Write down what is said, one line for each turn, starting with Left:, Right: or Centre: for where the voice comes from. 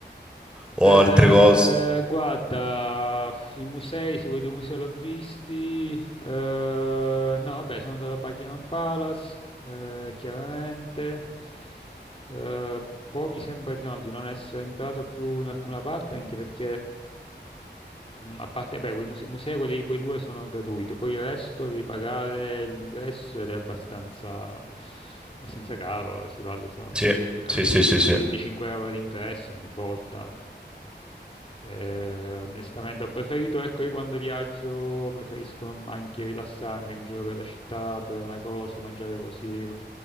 Centre: o
Left: Eh,
Centre: altre cose.
Left: guarda, i musei, se vuoi due musei l'ho visti. Eh, no, vabbè, sono andato a Buckingham Palace, eh, chiaramente. Eh, poi mi sembra di no, di non essere entrato più in alcuna parte, anche perché Mm, a parte, beh, quei muse- musei, quelli, quei due sono gratuiti, poi il resto devi pagare l'ingresso ed è abbastanza, abbastanza caro, si parla sono
Centre: Sì,
Left: circa
Centre: sì,
Left: 25-25
Centre: sì, sì, sì.
Left: euro di ingresso ogni volta. Eh, onestamente ho preferito, ecco, io quando viaggio preferisco anche rilassarmi in giro per la città, bere una cosa, mangiare così,